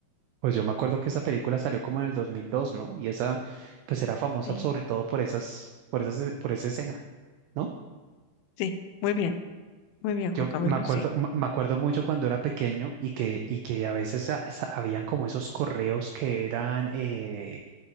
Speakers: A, on the right; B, on the left.
A: Pues yo me acuerdo que esa película salió como en el 2002, ¿no? Y esa pues era famosa
B: Sí,
A: sobre todo por esas, por esas, por esa escena. ¿no?
B: sí, muy bien, muy bien, Juan
A: Yo
B: Camilo,
A: me acuerdo,
B: sí.
A: m- me acuerdo mucho cuando era pequeño y que, y que a veces a- sa- habían como esos correos que eran, eh,